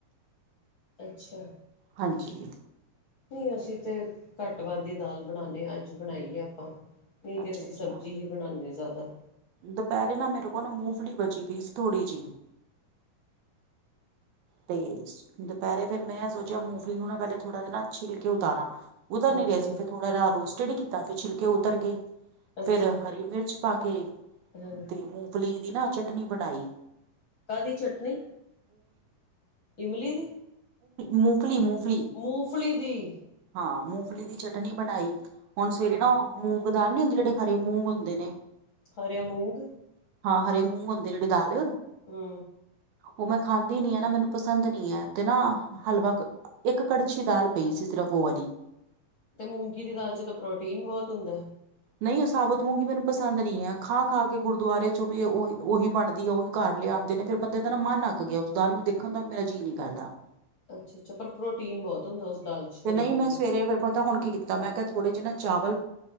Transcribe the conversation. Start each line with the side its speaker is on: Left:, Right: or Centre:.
Left: ਅੱਛਾ
Right: ਹਾਂਜੀ
Left: ਨਈ ਅਸੀਂ ਤੇ ਘੱਟ ਵੱਧ ਈ ਦਾਲ ਬਣਾਨੇ ਅੱਜ ਬਣਾਈਏ ਆਪਾਂ। ਨਹੀਂ ਤੇ
Right: ਅੱਛਾ
Left: ਅਸੀਂ
Right: ਅੱਛਾ
Left: ਸਬਜ਼ੀ ਹੀ ਬਣਾਨੇ ਜ਼ਿਆਦਾ।
Right: ਦੁਪਹਿਰੇ ਨਾ ਮੇਰੇ ਕੋਲ ਨਾ ਮੂਫਲੀ ਬਚੀ ਪਈ ਸੀ ਥੋੜ੍ਹੀ ਜਹੀ। ਤੇ, ਦੁਪੈਰੇ ਫੇਰ ਮੈਂ ਸੋਚੇਆ, ਮੂੰਫਲੀ ਨੂੰ ਨਾ ਪਹਿਲੇ ਥੋੜਾ ਜੇਆ ਨਾ ਛਿੱਲ ਕੇ ਉਤਾਰਾਂ। ਉਤਰ
Left: ਅੱਛਾ
Right: ਨੀ ਰਏ ਸੀ ਫਿਰ ਥੋੜਾ ਜਾ ਰੋਸਟਡ ਈ ਕੀਤਾ ਫਿਰ ਛਿਲਕੇ ਉਤਰ ਗਏ।
Left: ਅੱਛਾ
Right: ਫਿਰ ਹਰੀ ਮਿਰਚ ਪਾ ਕੇ
Left: ਹਾਂ
Right: ਤੇ ਮੂੰਗਫਲੀ ਦੀ ਨਾ ਚਟਨੀ ਬਣਾਈ।
Left: ਕਾ ਦੀ ਚਟਨੀ ਇਮਲੀ ਦੀ
Right: ਮੂਫਲੀ ਮੂਫਲੀ।
Left: ਮੂੰਫਲੀ ਦੀ।
Right: ਹਾਂ ਮੂੰਫਲੀ ਦੀ ਚਟਨੀ ਬਣਾਈ, ਹੁਣ
Left: ਹਮ
Right: ਸਵੇਰੇ ਨਾ ਮੂੰਗ ਦਾਲ ਨੀ ਹੁੰਦੇ ਜਿਹੜੇ ਹਰੇ ਮੂੰਗ ਹੁੰਦੇ ਨੇ।
Left: ਹਰੇ ਮੂੰਗ।
Right: ਹਾਂ ਹਰੇ ਮੂੰਹ ਹੁੰਦੇ ਜਿਹੜੇ ਦਾਲ
Left: ਹੂੰ।
Right: ਉਹ ਮੈਂ ਖਾਂਦੀ ਨੀ ਅ ਨਾ ਮੈਨੂੰ। ਪਸੰਦ ਨਈ ਐ ਤੇ ਨਾ ਹਲਵਾ, ਇੱਕ ਕੜਛੀ ਦਾਲ ਪਈ ਸੀ ਸਿਰਫ ਉਹ ਵਾਲੀ।
Left: ਤੇ ਮੂੰਗੀ ਦੀ ਦਾਲ 'ਚ ਤਾਂ ਪ੍ਰੋਟੀਨ ਬਹੁਤ ਹੁੰਦਾ।
Right: ਨਹੀਂ ਉਹ ਸਾਬਤ ਮੂੰਗੀ ਮੈਨੂੰ ਪਸੰਦ ਨਈ ਐ ਖਾ-ਖਾ ਕੇ ਗੁਰਦੁਆਰੇ ਚੋਂ ਵੀ ਉਹੀ ਉਹੀ ਬਣਦੀ ਹੈ ਉਹੀ। ਘਰ ਲਿਆਂਦੇ ਨੇ ਫਿਰ ਬੰਦੇ ਦਾ ਨਾ ਮਨ ਅੱਕ ਗਿਆ ਉਸ ਦਾਲ ਨੂੰ ਦੇਖਣ ਦਾ ਮੇਰਾ ਜੀਅ ਨਹੀਂ ਕਰਦਾ।
Left: ਅੱਛਾ-ਅੱਛਾ! ਪਰ ਪ੍ਰੋਟੀਨ ਬਹੁਤ ਹੁੰਦਾ ਉਸ ਦਾਲ 'ਚ।
Right: ਤੇ
Left: ਹਰੀ
Right: ਨਹੀਂ
Left: ਮੂੰਗੀ
Right: ਮੈਂ ਸਵੇਰੇ
Left: ਚ
Right: ਫਿਰ ਪਤਾ ਹੁਣ ਕੀ ਕੀਤਾ
Left: ਹਮ
Right: ਮੈਂ ਕਿਹਾ ਥੋੜੇ ਜਹੇ ਨਾ ਚਾਵਲ